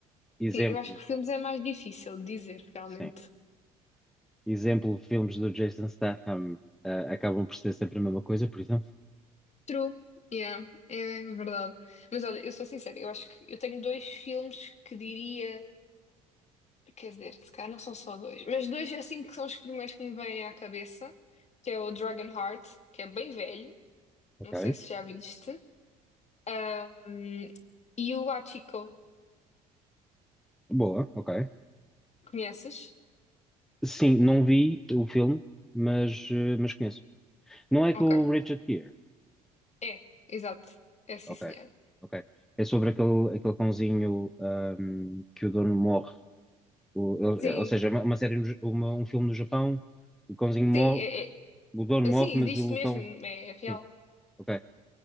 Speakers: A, in the centre; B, on the left (about 35°).
A: Exemplo,
B: Sim, eu acho que filmes é mais difícil de dizer, realmente.
A: sim. Exemplo, filmes do Jason Statham, ah, acabam por ser sempre a mesma coisa, por exemplo.
B: True, yeah, é é verdade. Mas olha, eu sou sincera, eu acho que eu tenho dois filmes que diria, quer dizer, se calhar não são só dois, mas dois assim que são os primeiros que me vêm à cabeça, que é o Dragonheart, que é bem velho,
A: Ok.
B: não sei se já viste, ahm, e o Hachiko,
A: Boa, ok.
B: conheces?
A: Sim, não vi o filme, mas, eh, mas conheço. Não é
B: Ok,
A: com o Richard Gere.
B: é, exato, é sim
A: Ok,
B: senhora.
A: ok. É sobre aquele, aquele cãozinho, ahm, que o dono morre O- ele-
B: Sim,
A: é, ou seja, é uma, uma série, no Ja- uma- um filme no Japão, o cãozinho morre,
B: sim, é,
A: o dono morre,
B: é, sim,
A: mas
B: existe
A: o
B: mesmo,
A: cão.
B: é é real.
A: Sim, ok.